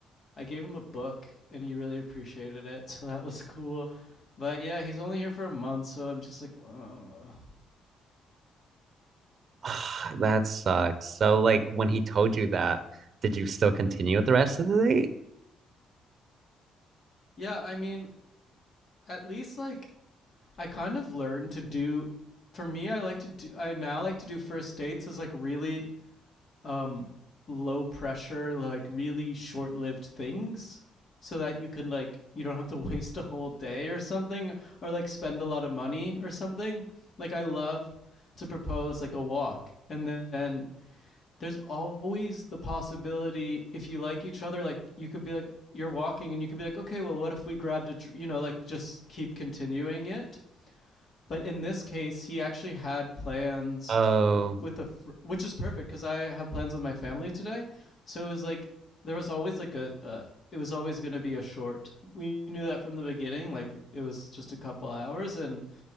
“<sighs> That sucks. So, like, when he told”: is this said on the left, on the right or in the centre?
Right